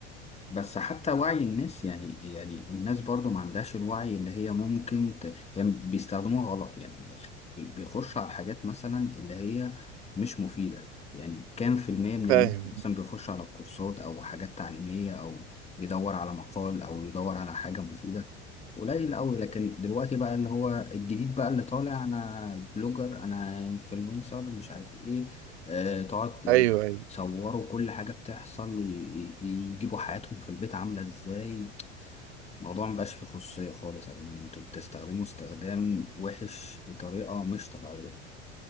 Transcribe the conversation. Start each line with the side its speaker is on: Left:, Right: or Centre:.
Left: بس حتى وعي الناس يعني يعني الناس برضو ما عندهاش الوعي اللي هي ممكن ت... هي بيستخدموها غلط يعني من الآخر بي- بيخش على الحاجات مثلا اللي هي مش مفيدة يعني كام في المية من
Right: فاهم
Left: الناس مثلا بيخش على الكورسات أو حاجات تعليمية أو يدور على مقال أو يدور على حاجة مفيدة قليل أوي لكن دلوقتي بقى اللي هو الجديد بقى اللي طالع أنا بلوجر أنا انفلونسر مش عارف إيه آه، تقعد
Right: أيوه أيوه.
Left: صوروا كل حاجة بتحصل ي- ي- يجيبوا حياتهم في البيت عاملة ازاي الموضوع مبقاش فيه خصوصية خالص يا جماعة انتوا بتستخدموا استخدام وحش بطريقة مش طبيعية